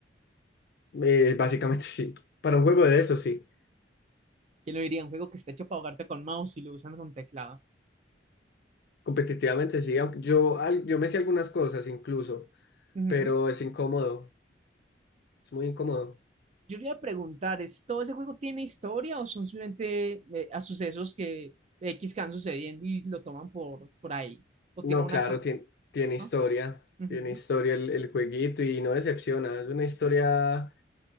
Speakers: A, on the left; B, on the right.
A: Eh, básicamente <laughs> sí. Para un juego de eso, sí.
B: ¿Quién lo diría? Un juego que está hecho para ahogarse con mouse y lo usan con teclado.
A: Competitivamente sí. aunque Yo, al- yo me sé algunas cosas incluso,
B: Ujú.
A: pero es incómodo, es muy incómodo.
B: Yo le iba a preguntar, ¿es, todo ese juego tiene historia o son simplemente eh, a sucesos que X que van sucediendo y lo toman por, por ahí? ¿O
A: No,
B: tiene una...
A: claro,
B: cam-
A: tiene, tiene historia,
B: ¿Ah? Ujú,
A: tiene historia el, el jueguito y no decepciona. Es una historia